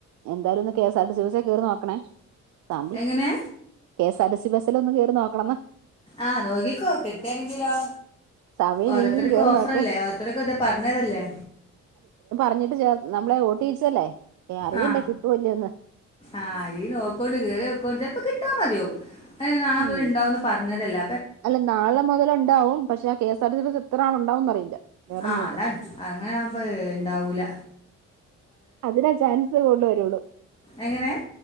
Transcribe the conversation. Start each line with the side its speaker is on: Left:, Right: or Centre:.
Right: എന്തായാലും ഒന്ന് K S R T C ബസേ കേറി നോക്കണേ സാമ്പി
Left: എങ്ങനെ
Right: കെസാർടിസി ബസ്സിലൊന്ന് കേറി നോക്ക <unintelligible>
Left: ആ നോക്കിക്കോ കിട്ടാണെങ്കിലോ
Right: സമയമില്ലെങ്കിലും
Left: ഓരോത്തർക്ക്
Right: കേറി
Left: ഓഫറല്ലേ
Right: നോക്ക്
Left: ഓരോത്തർക്ക് ഇത പറഞ്ഞതല്ലേ
Right: റഞ്ഞിട്ട് ച നമ്മളെ ഓട്ടിച്ചല്ലേ അറിയണ്ടേ
Left: ആ
Right: കിട്ടുവല്ലേന്ന്
Left: ആ ഈ നോക്കോണ്ട് കേറി വോക്കോണ്ട് ചെപ്പോ കിട്ടാ മതിയാകും <unintelligible>
Right: ഉം
Left: മുതല് ണ്ടാവന്ന് പറഞ്ഞതല്ല
Right: അല്ല നാളെ മുതലുണ്ടാവും പക്ഷെ കെസാർടിസി ബസ് എത്ര ആളു ണ്ടാവും അറിയില്ല വേറൊന്നുല്ല
Left: ആ അതാണ് അങ്ങനെ ആവുമ്പോ ഇണ്ടാവൂല
Right: അതിനാ ചാൻസ് കൂടുവരുള്ളൂ
Left: എങ്ങനെ